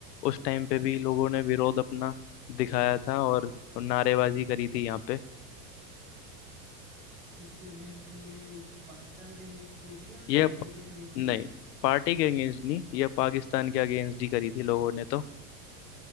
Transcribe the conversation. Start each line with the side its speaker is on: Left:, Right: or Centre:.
Left: उस टाइम पे भी लोगों ने विरोध अपना दिखाया था और नारेबाजी करी थी यहाँ पे
Right: किसके अगेंस्ट की ये पाकिस्तान के अगेंस्ट की थी या
Left: ये
Right: पार्टी
Left: प-
Right: के अगेंस्ट
Left: नहीं
Right: की थी
Left: पार्टी के अगेंस्ट नहीं ये पाकिस्तान के अगेंस्ट ही करी थी लोगों ने तो